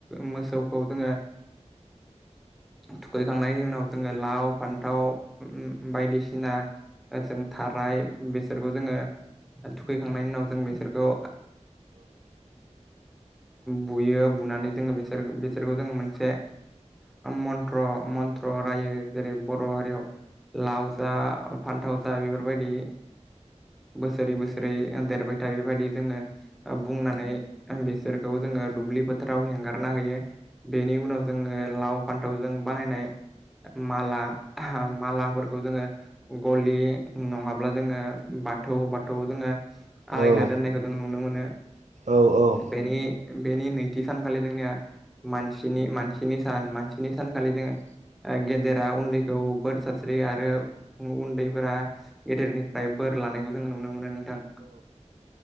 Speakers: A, in the centre; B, on the right (about 85°).
A: मोसौखौ जोङो थुखैखांनायनि उनाव जोङो लाव फान्थाव बायदिसिना ओ जों थाराय बेसोरखौ जोङो थुखैखांनायनि उनाव जों बेसोरखौ बुयो बुनानै जोङो बिसोर बिसोरखौ जोङो मोनसे मन्त्र मन्त्र रायो जेरै बर हारियाव लाव स फान्थावसा बेफोरबायदि बस बोसोरै बोसोरै देरबाय था बेबायदि जोङो बुंनानै बिसोरखौ जोङो दुब्लिफोर फोथाराव हगारना होयो बेनि उनाव जोङो लाव फान्थावजों बानायनाय माला आहा मालाफोरखौ जोङो गलि नङाब्ला जोङो बाथौ बाथौ जोङो आलायना
B: औ
A: दोननायखौ जों नुनो मोनो
B: औ औ
A: बेनि बेनि नैथि सानखालि जोंनिया मानसिनि मानसिनि सान मानसिनि सानखालि जोङो गेदेरा उन्दैखौ बोर सास्रियो आरो उन्दैफोरा गेदेरनिफ्राय बोर फोर लानायखौ जोंङो नुनो मोनो नोंथां।